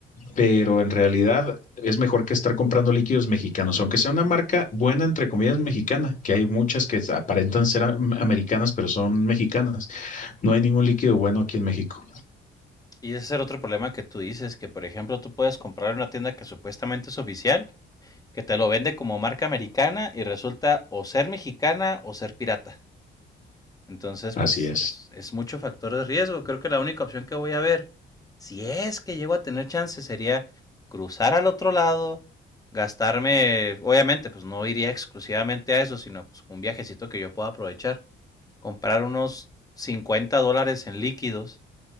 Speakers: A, on the left; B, on the left.
A: pero en realidad es mejor que estar comprando líquidos mexicanos, aunque sea una marca buena, entre comillas, mexicana, que hay muchas que aparentan ser am- americanas, pero son mexicanas. No hay ningún líquido bueno aquí en México.
B: Y ese es el otro problema que tú dices, que por ejemplo tú puedes comprar en una tienda que supuestamente es oficial, que te lo vende como marca americana y resulta o ser mexicana o ser pirata. Entonces,
A: Así
B: pues
A: es.
B: es, es mucho factor de riesgo. Creo que la única opción que voy a ver, si es que llego a tener chance, sería cruzar al otro lado, gastarme, obviamente, pues no iría exclusivamente a eso, sino pues un viajecito que yo pueda aprovechar, comprar unos 50 dólares en líquidos